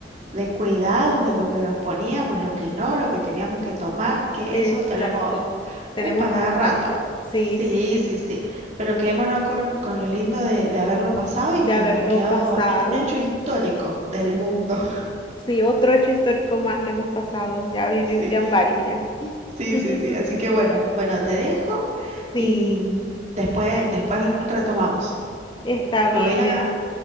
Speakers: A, on the right; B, on the left.
A: de cuidado de lo que nos poníamos, lo que no, lo que teníamos que tomar, que
B: exacto.
A: eso tenemos
B: Tenemos
A: uh, para
B: bastante.
A: cada rato.
B: Sí,
A: Sí,
B: sí, sí.
A: sí, sí. Pero quedémonos con, con lo lindo de, de haberlo pasado y
B: De
A: que
B: haberlo
A: haber quedado
B: pasado.
A: en un hecho histórico del mundo. <laughs>
B: Sí, otro hecho histórico más que hemos pasado. Ya viene,
A: Sí,
B: ya van varios ya.
A: sí,
B: <laughs>
A: sí, sí. Así que bueno, bueno, te dejo
B: Sí,
A: y mm, después,
B: bueno.
A: después retomamos.
B: Está
A: Me
B: bien,
A: voy a ir
B: bueno,
A: a,